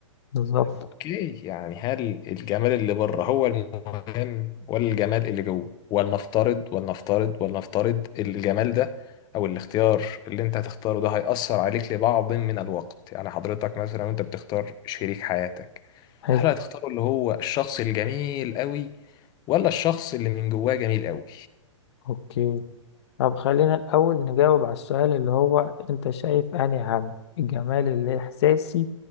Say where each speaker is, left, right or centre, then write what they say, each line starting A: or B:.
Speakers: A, on the left; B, on the left.
A: بالظبط
B: طب اوكي يعني هل الجمال اللي بره هو المهم ولا الجمال اللي جوه ولنفترض ولنفترض ولنفترض الجمال ده او الاختيار اللي انت هتختاره ده هيأثر عليك لبعض من الوقت يعني حضرتك مثلا وانت بتختار شريك حياتك
A: حلو
B: هل هتختاره اللي هو الشخص الجميل قوي ولا الشخص اللي من جواه جميل قوي
A: اوكي طب خلينا الأول نجاوب على السؤال اللي هو أنت شايف أنهي أهم الجمال الإحساسي